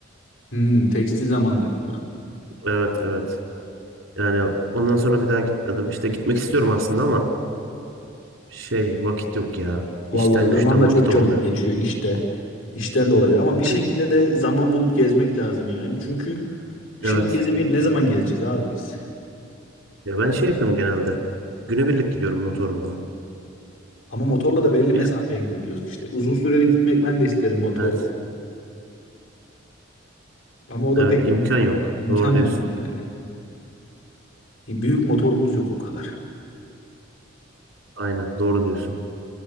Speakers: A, on the left; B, on the right.
A: Hmm, tekstil zamanlarında.
B: Evet evet. Yani ondan sonra bir daha gitmedim. İşte gitmek istiyorum aslında ama şey vakit yok ya.
A: Vallahi
B: İşten güçten
A: zaman da
B: vakit
A: çok çabuk
B: olmuyor.
A: geçiyor işte. İşten dolayı. da. Ama
B: Çünkü
A: bir şekilde de zaman bulup gezmek lazım yani. Çünkü şimdi
B: evet.
A: gezemeyip ne zaman gezeceğiz abi biz?
B: Ya ben şey yapıyorum genelde. Günübirlik gidiyorum motorumla.
A: Ama motorla da belli
B: Bir-
A: mesafeye gidebiliyoruz işte. Uzun süreli gitmek ben de isterim motorla.
B: Evet.
A: Ama o da
B: Evet
A: pek
B: imkan
A: mümkün-
B: yok.
A: imkan
B: Doğru diyorsun.
A: olmuyor yani. E, Büyük motorumuz yok o kadar.
B: Aynen doğru diyorsun.